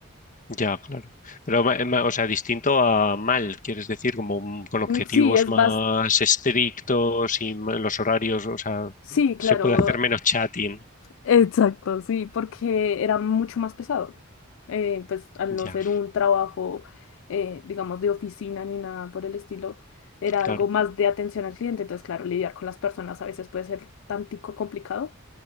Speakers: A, on the left; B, on the left.
A: Ya, claro. Pero, ma- ma- o sea, distinto a mal, quieres decir, como mm, con objetivos
B: Mm, Sí, es
A: más
B: más,
A: estrictos y ma- los horarios, o sea,
B: sí, claro,
A: se puede hacer menos chatting.
B: Exacto, sí, porque era mucho más pesado. Eh, pues al no
A: Ya,
B: ser un trabajo, eh, digamos, de oficina ni nada por el estilo, era
A: claro,
B: algo más de atención al cliente. Entonces, claro, lidiar con las personas a veces puede ser tantico complicado.